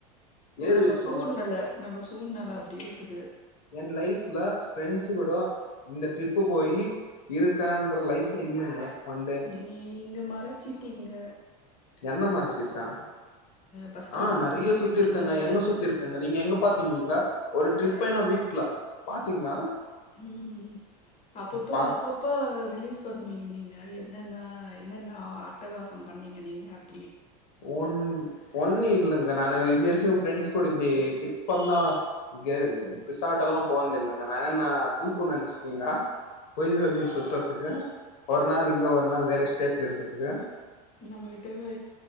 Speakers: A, on the left; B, on the left.
A: ஓ
B: ஏது
A: நம்ப
B: வச்சுக்கோங்க
A: சூழ்நல நம்ப ஸ் சூழ்நல அப்புடி இருக்குது
B: என் லைஃப்ல ஃப்ரெண்ட்ஸு குட இந்த ட்ரிப்பு போயி இருக்கேன்ற லைஃபு இல்லங்க ஒன் டே
A: நீ இங்க மறச்சிட் டிங்க
B: என்ன மாரி சீர்ச்சா
A: பஸ் ஸ்டாண்ட்ல
B: ஆ நெறைய
A: தூங்கிருக்கீங்க
B: சுத்திருக்கங்க எங்க சுத்திர்கங்க நீங்க எங்க பாத்தீங்கங்க ஒரு ட்ரிப்பே நா வீட்ல பாத்தீங்கா
A: உம் அப்பப்ப
B: பாத்
A: அப்பப்ப ரிலீஸ் பண்வீங்க நீங்க என்னன்ன என்னன்ன அட்டகாசம் பண்ணிங்க நீங்கப்
B: ஒன் ஒன்னு இல்லங்க நானு இது வரைக்கு ஃப்ரெண்ட்ஸ் கூட இப்டி ட்ரிப்பந்தா ரி ரிசாட்டல்லா போன்தில்லங்க நா என்னா தீப்புன் நெனச்சுட்டீங்கா பொய் சொல்லிட் சுத்தற்துக்கு ஒரு நாள் இங்க ஒரு நாள் வேற ஸ்டேட்ல இருக்கத்துக்கு
A: நம்மகிட்ட வ